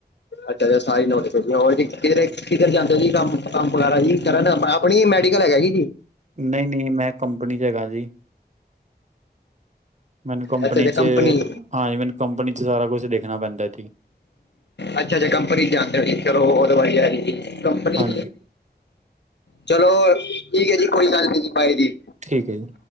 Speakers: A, on the left (about 80°); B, on the right (about 45°).
A: ਅੱਛਾ ਅੱਛਾ ਸਾਰੀ ਨੋਟ ਪ ਹੋਰ ਜ ਕਿ ਕਿਧਰ ਜਾਂਦੇ ਜੀ ਕੰਮ ਕੰਮ ਵਗੈਰਾ ਜ ਕਰਨ ਆਪਣੀ ਮੈਡੀਕਲ ਹੈਗਾ ਹੈ ਜੀ
B: ਨਹੀਂ ਨਹੀਂ ਮੈਂ ਕੰਪਨੀ ਚ ਹੈਗਾ ਜੀ ਕਿ <inaudible> ਮੈਨੂੰ ਕੰਪਨੀ
A: ਅੱਛਾ ਅੱਛਾ
B: ਚ
A: ਕੰਪਨੀ
B: ਹਾਂਜੀ ਮੈਨੂੰ ਕੰਪਨੀ ਚ ਸਾਰਾ ਕੁਛ ਦੇਖਣਾ ਪੈਂਦਾ ਜੀ
A: ਅੱਛਾ ਅੱਛਾ ਕੰਪਨੀ ਜਾਂਦੇ ਹੋ ਜੀ ਚਲੋ ਉਹ ਦ ਵੀ ਕੰਪਨੀ
B: ਹਾਂਜੀ
A: ਚਲੋ ਠੀਕ ਹੈ ਜੀ ਕੋਈ ਗੱਲ ਨੀ ਜੀ ਬਾਏ ਜੀ
B: ਠੀਕ ਹੈ ਜੀ